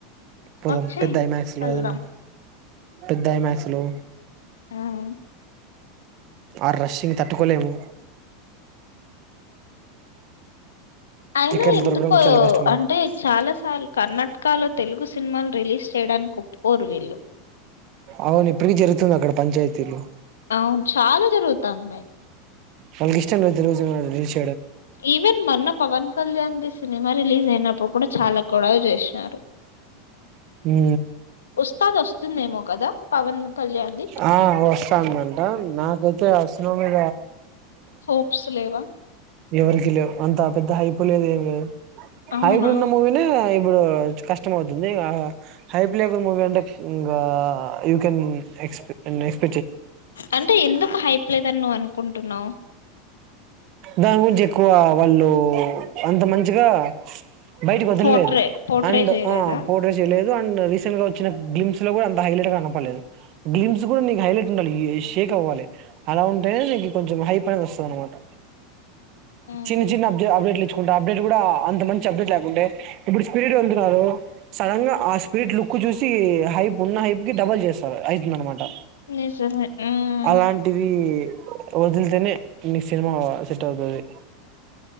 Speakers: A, on the right; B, on the left.
A: పోదాం
B: వచ్చేయ్
A: పెద్ద ఐమక్స్ లో
B: వెళ్దాం
A: ఏదన్నా పెద్ద ఐమ్యాక్స్ లు
B: ఉమ్.
A: ఆ రష్ కి తట్టుకోలేము
B: అయినా
A: టికెట్లు
B: ఎందుకో
A: దొరకడం చాలా కష్టం
B: అంటే చాలా సార్లు కర్ణాటకలో తెలుగు సినిమాలు రిలీజ్ చేయడానికి ఒప్పుకోరు వీళ్ళు
A: అవును ఇప్పటికి జరుగుతుంది అక్కడ పంచాయతీలు
B: అవును చాలా జరుగుతదీ
A: వాళ్కి ఇష్టం లేదు తెలుగు సినిమాలు రిలీజ్
B: ఈవెన్ మొన్న పవన్ కళ్యాణ్ ది సినిమా రిలీజ్ అయినప్పుడు కూడా చాలా గొడవ చేసినారు
A: హు
B: ఉస్తాద్ వస్తుందేమో కదా పవన్ కళ్యాణ్ ది
A: ఆ వస్తాందంట నాకు అసలుయ
B: హోప్స్ లేవా
A: ఎవరికి లేవు అంత పెద్ద హైపు లేదు ఏం లేదు
B: అవునా
A: హైపులు ఉన్న మూవీ నే ఇప్పుడు కష్టం అవుతుంది హై పలేవ్ మూవీ అంటే ఇంకా యూ కెన్ ఎక్స్ నెక్స్ట్
B: అంటే ఎందుకు హైప్లేదని నువ్వు అనుకుంటున్నావ్
A: దాని గురించి ఎక్కువ వాళ్ళు అంత మంచిగా బయటికి పడంలేదు
B: పోట్రే పోట్రే
A: అండ్
B: చేయలేదా
A: పొట్రేచేయలేదు అండ్ రీసెంట్ గా వచ్చిన గ్లిమ్స్ లో కూడా అంత హైలైట్గా కనపడలేదు, గ్లిమ్స్ కూడా నీ హైలైట్ ఉండాలి అవ్వాలి అలా ఉంటేనే నీకు కొంచెం హై అనేది వస్తది అనమాట
B: ఉమ్.
A: చిన్న చిన్న అప్డ అప్డేట్లు ఇచ్చుకుంటారు అప్డేట్ కూడా అంత మంచి అప్డేట్ లేకుంటే ఇప్పుడు స్పిడ్ వెళ్తున్నారు సడన్ గా ఆ స్పీడ్ లుక్ చూసి హైప్ ఉన్న హైప్ కి డబల్ చేస్తారు అవుతుందన్నమాట
B: నిజమే ఉమ్.
A: అలాంటివి వదులుతనే ఈ సినిమా సెట్ అవుతది